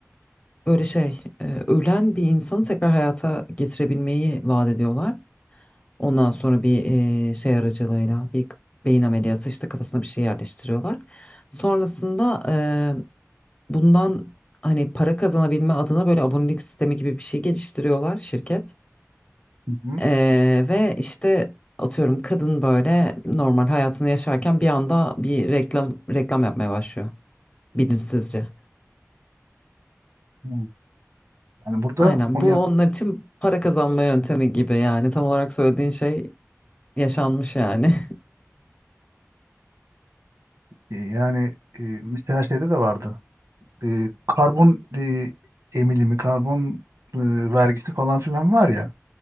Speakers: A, on the left; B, on the right.
A: ee, böyle şey e, ölen bir insanı tekrar hayata getirebilmeyi vaat ediyorlar. Ondan sonra bir e, şey aracılığıyla bir k- beyin ameliyatı işte kafasına bir şey yerleştiriyorlar. Sonrasında e, bundan hani para kazanabilme adına böyle abonelik sistemi gibi bir şey geliştiriyorlar şirket.
B: Hı hı.
A: Ee, ve işte atıyorum kadın böyle normal hayatını yaşarken bir anda bir reklam reklam yapmaya başlıyor bilinçsizce.
B: Hı. Yani burada
A: Aynen
B: onu
A: bu
B: yap
A: onlar için para kazanma yöntemi gibi yani tam olarak söylediğin şey yaşanmış yani.
B: yani e, mesela şeyde de vardı. e, karbon e, emilimi, karbon e, vergisi falan filan var ya.